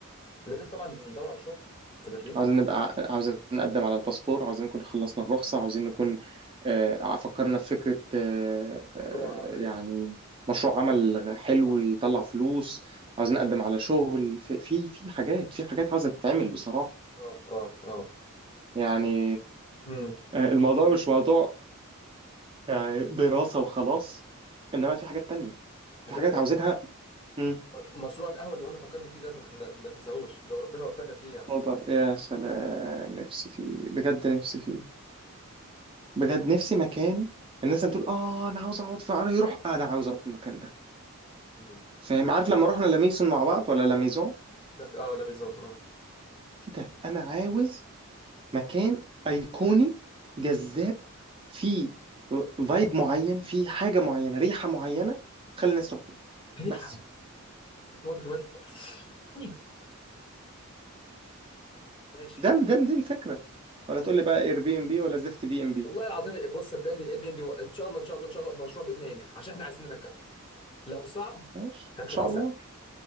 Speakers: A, on the left (about 25°); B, on the right (about 25°).
A: لازم طبعا ندور على شغل في برلين
B: عاوزين نبقى عاوزين نقدم على الباسبور عاوزين نكون خلصنا الرخصة عاوزين نكون آه، فكرنا في فكرة آه، آه،
A: مشروع
B: يعني مشروع عمل حلو
A: اه
B: يطلع
A: اه
B: فلوس عاوزين نقدم على شغل في في في حاجات في حاجات عاوزة تتعمل بصراحة
A: اه اه اه
B: يعني
A: امم
B: آه، الموضوع مش موضوع يعني دراسة وخلاص إنما في حاجات تانية
A: خلي
B: في حاجات
A: بالك برضه
B: عاوزينها مم.
A: مشروع القهوه اللي قلنا فكرنا فيه ده ما, ما, ما تنساهوش لو ربنا وفقنا فيه يعني
B: موضوع يا سلام نفسي فيه بجد نفسي فيه بجد نفسي مكان الناس بتقول اه انا عاوز اقعد في عربي يروح آه، انا عاوز اروح المكان ده
A: مم.
B: فاهم عارف لما رحنا لميسون مع بعض ولا لميزون
A: لم اه لميزون اه
B: كده انا عاوز مكان ايقوني جذاب فيه فايب معين فيه حاجه معينه ريحه معينه تخلي الناس تروح له
A: ريحه
B: بس
A: حط برضه كمان أيوه. ماشي
B: ده ده دي الفكره ولا تقول لي بقى اير بي ام بي ولا زفت بي ام بي
A: والله العظيم بص صدقني الاير بي ام بي ان شاء الله ان شاء الله ان شاء الله المشروع باذن الله ينجح عشان احنا عايزين ننجحه لو صعب
B: ماشي ان
A: هنخليه
B: شاء الله
A: سهل ان